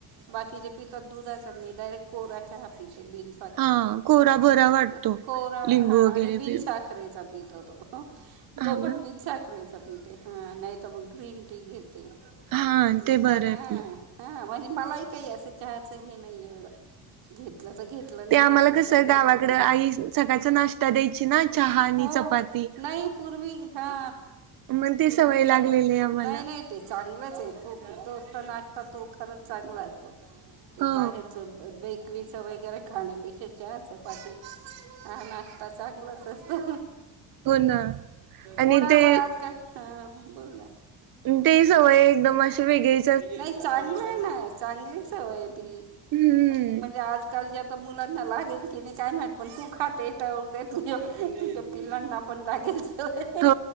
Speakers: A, on the right; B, on the right.
A: बाकीचे पितात दुधाचा मी डायरेक्ट कोरा चहा पिते बीन
B: हा कोरा बरा वाटतो
A: <unintelligible> कोरा
B: लिंबू
A: हा
B: वगैरे
A: आणि बीन
B: पिऊन
A: सा साखरेचा पीत होतो,
B: हा
A: जो पण
B: ना.
A: बीन साख खरेचा पिते हा नाही तर मग ग्रीन टी घेते,
B: हा
A: मग
B: ते बरं
A: काय
B: आहे
A: हा.
B: आपलं.
A: हा म्हणजे मलाही काही असं चहाचं हे नाही एवढं, घेतलं तर घेत घतलं नाही
B: ते आम्हाला
A: घेतलं
B: कसं
A: तरी काय
B: गावाकडं
A: फरक नाही,
B: आई सकाळचा नाश्ता द्यायची
A: <unintelligible>
B: ना चहा आणि
A: हो.
B: चपाती.
A: नाही पूर्वी हा,
B: मग ते
A: पूर्वी
B: सवय लागलेली
A: लाग
B: आहे आम्हाला
A: नाही नाही ते चांगलंच आहे तो बी दोस्त नाशता तो खरंच चांगला असतो, ते
B: हो
A: बाहेरचं बेकरीचं वगैरे खाण्यापेक्षा चहा चपाती हा नाष्टा चांगलंच असतो,
B: हो ना. आणि
A: मुलाबाळात
B: ते
A: काय हा बोल ना?
B: ते सवय एकदम अशी वेगळी
A: नाही चांगलं आहे ना चांगली सवय आहे ती,
B: हम्म.
A: म्हणजे आजकालच्या मुलांना लागेल की नाही काय माहित पण तू खाते तर उद्या तुझ्या पिलांना पण लागेल सवय.
B: हो